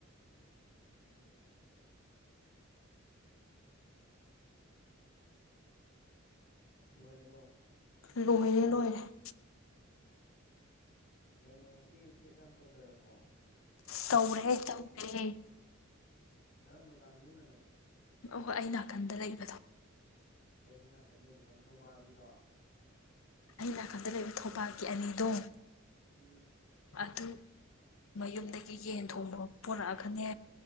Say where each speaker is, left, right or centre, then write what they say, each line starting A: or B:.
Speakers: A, on the left (about 50°); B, on the left (about 80°).
A: ꯂꯣꯏꯔꯕꯣ
B: ꯂꯣꯏꯔꯦ ꯂꯣꯏꯔꯦ
A: ꯀꯩꯅꯣ ꯉꯁꯤ ꯇ꯭ꯔꯤꯠ ꯌꯥꯝ ꯇꯧꯗꯔꯕꯣ
B: ꯇꯧꯔꯦ ꯇꯧꯔꯦꯦ
A: ꯀꯔꯝꯕ ꯀꯥꯡꯪꯒꯨꯅꯅꯣ
B: ꯑꯣ ꯑꯩ ꯅꯥꯀꯟꯗ ꯂꯩꯕꯗꯣ
A: ꯀꯩ ꯅꯪ ꯅꯥꯀꯟ ꯂꯩꯕ ꯀꯔꯝ ꯊꯧꯕꯥꯜꯒꯤꯗꯣ
B: ꯑ ꯅꯥꯀꯟꯗ ꯂꯩꯕ ꯊꯧꯕꯥꯜꯒꯤ ꯑꯅꯤꯗꯣ
A: ꯑꯝ
B: ꯑꯗꯨ ꯃꯌꯨꯝꯗꯒꯤ ꯌꯦꯟ ꯊꯣꯡꯕ ꯄꯨꯔꯛꯑꯒꯅꯦ